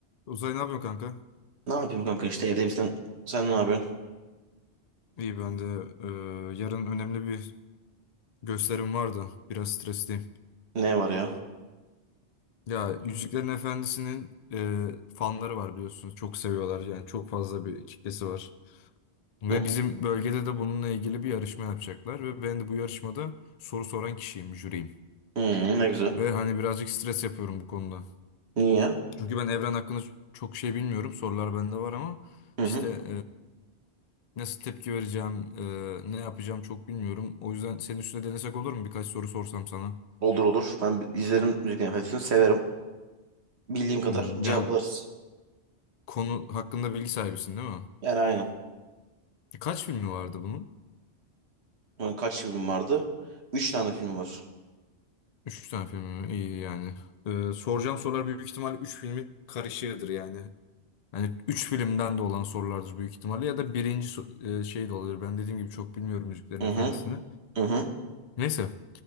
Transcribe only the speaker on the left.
Uzay ne yapıyorsun kanka?
İyi ben de e, yarın önemli bir gösterim var da biraz stresliyim.
Ya Yüzüklerin Efendisi'nin e, fanları var biliyorsunuz. Çok seviyorlar yani çok fazla bir kitlesi var. Ve
bizim bölgede de bununla ilgili bir yarışma yapacaklar. Ve ben de bu yarışmada soru soran kişiyim, jüriyim.
Ve hani birazcık stres yapıyorum bu konuda.
Çünkü ben evren hakkında çok şey bilmiyorum. Sorular bende var ama
işte
Nasıl tepki vereceğim, e, ne yapacağım çok bilmiyorum. O yüzden senin üstüne denesek olur mu? Birkaç soru sorsam sana.
Hmm,
ya konu hakkında bilgi sahibisin değil mi?
E, Kaç filmi vardı bunun?
Üç tane filmi mi? İyi yani. E, soracağım sorular büyük ihtimalle üç filmi karışığıdır yani. Yani üç filmden de olan sorulardır büyük ihtimalle. Ya da birinci so- e, şey de olabilir. Ben dediğim gibi çok bilmiyorum Yüzüklerin
Efendisi'ni.
Neyse.